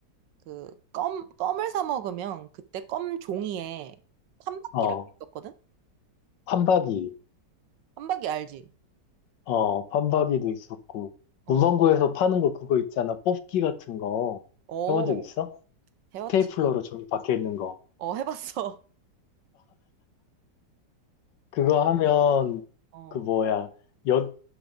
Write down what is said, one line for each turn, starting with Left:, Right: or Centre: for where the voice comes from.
Right: 그 껌, 껌을 사 먹으면 그때 껌 종이에 판박기라고
Left: 어,
Right: 있었거든?
Left: 판박이.
Right: 판박기 알지?
Left: 어, 판박이도 있었고.
Right: 어,
Left: 문방구에서 파는 거 그거 있잖아. 뽑기 같은 거.
Right: 어,
Left: 해본 적 있어?
Right: 해봤지.
Left: 스테이플러로 종이 박혀 있는 거.
Right: 어, 해봤어.
Left: 그거 하면,
Right: <laughs> 어,
Left: 그 뭐야, 엿,